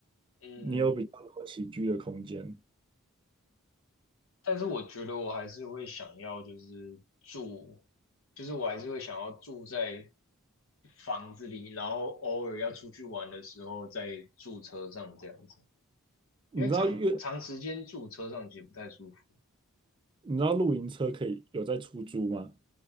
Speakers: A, on the left; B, on the right.
A: 嗯，
B: 你有比较多起居的空间。
A: 但是我觉得我还是会想要，就是住，就是我还是会想要住在房子里，然后偶尔要出去玩的时候再住车上这样子，
B: 你知道越
A: 因为长长时间住车上其实不太舒服。
B: 你知道露营车可以有在出租吗？